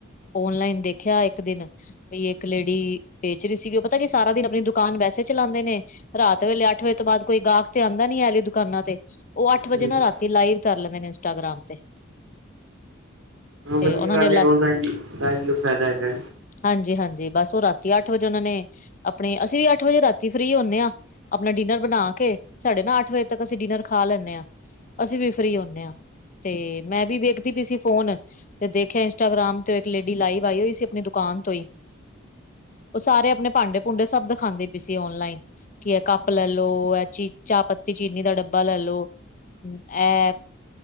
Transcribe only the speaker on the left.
ਓਨਲਾਈਨ ਦੇਖਿਆ ਇੱਕ ਦਿਨ ਵੀ ਇੱਕ ਲੇਡੀ, ਵੇਚ ਰਹੀ ਸੀਗੀ ਉਹ ਪਤਾ ਕੀ ਸਾਰਾ ਦਿਨ ਆਪਣੀ ਦੁਕਾਨ ਵੈਸੇ ਚਲਾਉਂਦੇ ਨੇ ਰਾਤ ਵੇਲੇ ਅੱਠ ਵਜੇ ਤੋਂ ਬਾਅਦ ਕੋਈ ਗਾਹਕ ਤੇ ਆਉਂਦਾ ਨੀ ਆਲੇ ਦੁਕਾਨਾਂ ਤੇ ਓ ਆੱਠ ਵਜੇ
ਨਾ ਰਾਤੀ ਲਾਈਵ ਕਾਰ ਲੈਂਦੇ ਨੇ ਇੰਸਟਾਗ੍ਰਾਮ ਤੇ। ਤੇ
ਉਹਨਾਂ
ਨੇ ਲ
ਹਾਂਜੀ-ਹਾਂਜੀ ਬਸ ਓ ਰਾਤੀ ਅੱਠ ਵਜੇ ਓਨਾਂ ਨੇ ਅਪਣੀ, ਅਸੀ ਵੀ ਅੱਠ ਵਜੇ ਰਾਤੀ ਫ੍ਰੀ ਹੋਨੇ ਆਂ। ਅਪਣਾ ਡਿਨਰ ਬਨਾ ਕੇ, ਸਾਡੇ ਨਾ ਅੱਠ ਵਜੇ ਤੱਕ ਅਸੀ ਡਿਨਰ ਖਾ ਲੈਂਨੇ ਆ। ਅਸੀ ਵੀ ਫ੍ਰੀ ਹੁਨੇ ਆਂ, ਤੇ ਮੈਂ ਵੀ ਵੇਖਦੀ ਪਈ ਸੀ ਫੋਨ ਤੇ ਦੇਖੇਆ ਇੰਸਟਾਗ੍ਰਾਮ ਤੇ ਇੱਕ ਲੇਡੀ ਲਾਈਵ ਆਈ ਹੋਈ ਸੀ, ਅਪਨੀ ਦੁਕਾਨ ਤੋ ਈ ਓ ਸਾਰੇ ਅਪਨੇ ਭਾਂਡੇ-ਭੂੰਡੇ ਸਬ ਦਖਾਂਦੀ ਪੀ ਸੀ ਔਨਲਾਈਨ ਕੀ ਐ ਕੱਪ ਲੈਲੋ, ਐ ਚੀ ਚਾਅ ਪੱਤੀ ਚੀਨੀ ਦਾ ਡੱਬਾ ਲੈਲੋ ਐ